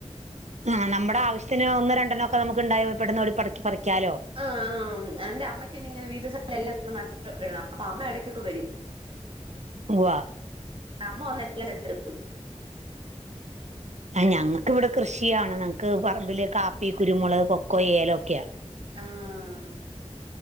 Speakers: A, on the right; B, on the right.
A: ആഹ് നമ്മുടെ ആവശ്യത്തിന് ഒന്ന് രണ്ടെണ്ണം ഒക്കെ നമുക്ക്ണ്ടായി പെട്ടെന്ന്ഓടി പറി പറിക്കാലോ.
B: ആഹ് ആ എന്റെ അമ്മയ്ക്കെനി ഇങ്ങനെ വീട്സലം എല്ലാം നട്ട്ട്ടങ്ങ് ഇടണം അപ്പൊ അമ്മ ഇടക്കൊക്കെ വരും.
A: ഉവ്വാ
B: അമ്മ വന്ന എല്ലാം ചെയ്തെരും.
A: ആ ഞങ്ങക്കിവിടെ കൃഷിയാണ് ഞങ്ങക്ക് പറമ്പില് കാപ്പി കുരുമുളക് കൊക്കോ ഏലൊക്കെയാ.
B: ആഹ്